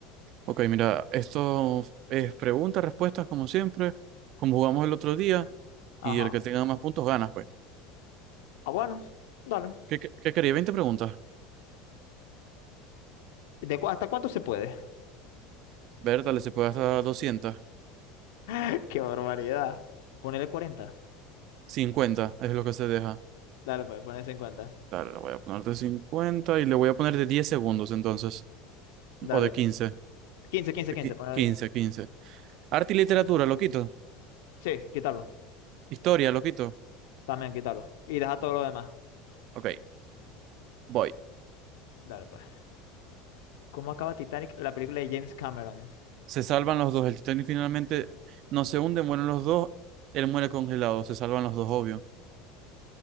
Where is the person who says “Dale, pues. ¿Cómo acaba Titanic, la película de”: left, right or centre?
Left